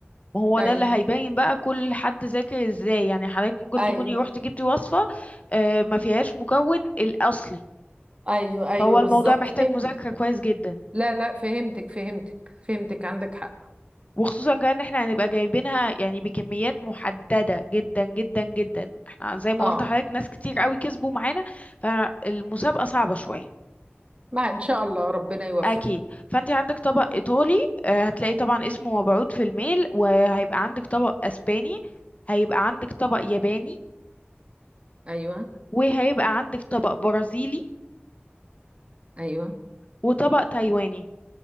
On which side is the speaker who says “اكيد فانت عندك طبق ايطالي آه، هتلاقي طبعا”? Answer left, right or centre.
Left